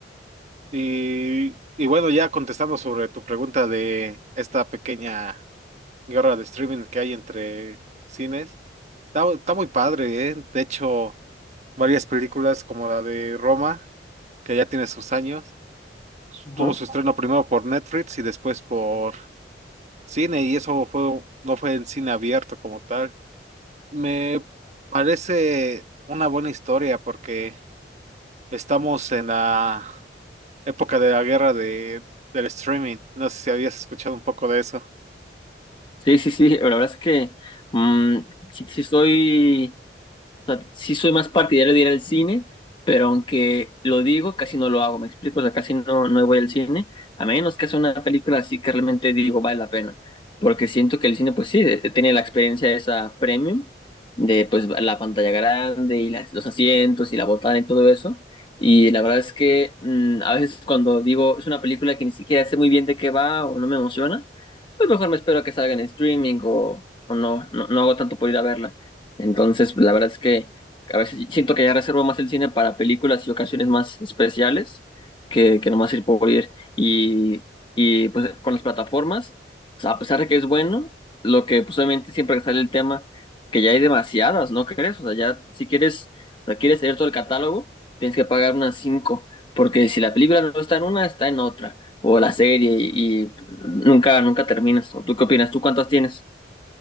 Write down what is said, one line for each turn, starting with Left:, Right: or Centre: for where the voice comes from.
Right: Y, y bueno, ya contestando sobre tu pregunta de esta pequeña guerra de streaming que hay entre cines, está, está muy padre, ¿eh? De hecho, varias películas como la de Roma, que ya tiene sus años,
Left: Ujú.
Right: tuvo su estreno primero por Netflix y después por cine, y eso fue, no fue en cine abierto como tal. Me parece una buena historia porque estamos en la época de la guerra de, del streaming. No sé si habías escuchado un poco de eso.
Left: Sí, sí, sí, la verdad es que mm, sí, sí soy... O sea, sí soy más partidario de ir al cine, pero aunque lo digo, casi no lo hago, ¿me explico? O sea, casi no, no voy al cine, a menos que sea una película así que realmente digo vale la pena. Porque siento que el cine, pues sí, eh, tiene la experiencia esa premium de pues la pantalla grande y las- los asientos y la botana y todo eso. Y la verdad es que mm, a veces cuando digo es una película que ni siquiera sé muy bien de qué va o no me emociona, pues mejor me espero a que salga en streaming o, o no, no, no hago tanto por ir a verla. Entonces, la verdad es que a veces siento que ya reservo más el cine para películas y ocasiones más especiales que, que nomás ir por ir. Y, y pues con las plataformas, o sea, a pesar de que es bueno, lo que pues obviamente siempre está el tema que ya hay demasiadas, ¿no crees? O sea, ya si quieres, o sea, quieres tener todo el catálogo, tienes que pagar unas cinco. Porque si la película no está en una, está en otra. O la serie y, y nunca, nunca terminas. ¿O tú qué opinas? ¿Tú cuántas tienes?